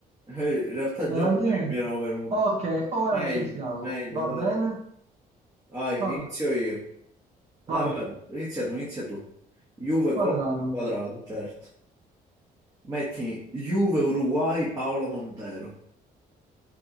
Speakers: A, on the right; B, on the right.
A: eh, in realtà già
B: Eh,
A: un
B: chi
A: paio
B: è?
A: mi erano venuti.
B: Ok, ora
A: Meglio,
B: ci siamo.
A: meglio,
B: Va
A: dai.
B: bene?
A: Dai,
B: Va-
A: inizio io. Ah,
B: vai.
A: guarda, inizia tu, inizia tu. Juve, Colombo
B: Quadrato,
A: e Quadrado, certo. Metti Juve, Uruguay, Paolo Montero.